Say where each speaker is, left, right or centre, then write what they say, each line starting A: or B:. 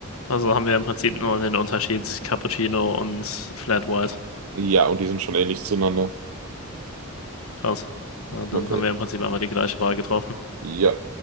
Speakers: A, on the left; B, on the right.
A: also haben wir im Prinzip nur den Unterschied Cappuccino und Flat White.
B: Ja, und die sind schon ähnlich zueinander.
A: Krass. Ja, dann
B: Okay.
A: haben wir im Prinzip einmal die gleiche Wahl getroffen.
B: Ja.